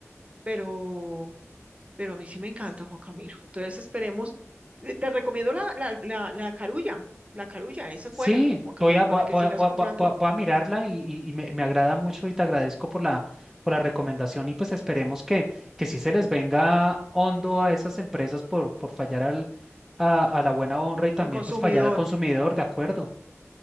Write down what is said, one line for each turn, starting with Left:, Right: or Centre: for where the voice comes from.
Right: pero, pero a mí sí me encanta, Juan Camilo. Entonces esperemos, te te recomiendo la, la, la, la carulla, la carulla, esa
Centre: Sí,
Right: es buena, Juan Camilo,
Centre: voy a, voy
Right: para
Centre: a,
Right: que
Centre: voy
Right: sigas
Centre: a- voy
Right: comprando
Centre: a- voy a- voy a mirarla y, y- y me, me agrada mucho y te agradezco por la, por la recomendación y pues esperemos que, que sí se les venga hondo a esas empresas por, por fallar al, a, a la buena honra y también
Right: al consumidor.
Centre: pues fallar al consumidor, ¿de acuerdo?